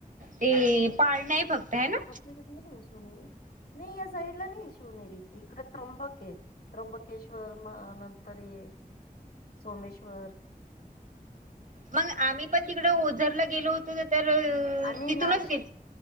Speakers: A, on the right (about 55°); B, on the left (about 85°).
A: ते पाळ नाही फक्त. आहे ना.
B: आपली इकडे नाही ना शिवनेरी, नाही या साईडला नाही शिवनेरीच इकड त्र्यंबक आहे. त्र्यंबकेश्वर म नंतर ये सोमेश्वर
A: मग आम्ही पण तिकड ओझरला गेलो होतो तर
B: आम्ही
A: तिथूनच
B: नाशिक
A: गे